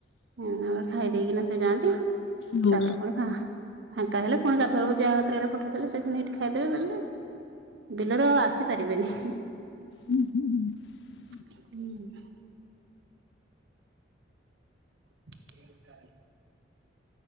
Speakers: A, on the right; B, on the left.
A: ହୁଁ ତାପରେ ଖାଇ ଦେଇେକିନା ସେ ଯାଆନ୍ତି
B: ହୁଁ।
A: ତାପରେ ପୁଣି ଫାଙ୍କା ହେଲେପୁଣି ଚାରିଟା ବେଳକୁ ଯାହାତରେହଲେ ପଠେଇଦେଲେ ସେଇଠି ଖାଇଦେବେ ବିଲରେ। ବିଲରୁ ଆଉ ଆସିପାରିବେନି।
B: ହୁଁ ହୁଁ ହୁଁ।
A: ହୁଁ <unintelligible> ହ <unintelligible>